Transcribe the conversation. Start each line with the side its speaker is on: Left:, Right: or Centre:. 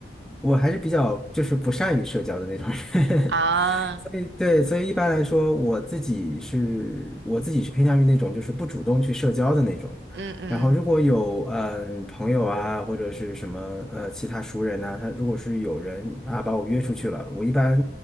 Centre: 我还是比较就是不善于社交的那种人，
Right: 啊，
Centre: <laughs> 所以对，所以一般来说，我自己是我自己是偏向于那种就是不主动去社交的那种，
Right: 嗯嗯，
Centre: 然后如果有嗯朋友啊或者是什么呃其他熟人呐、他如果是有人啊把我约出去了，我一般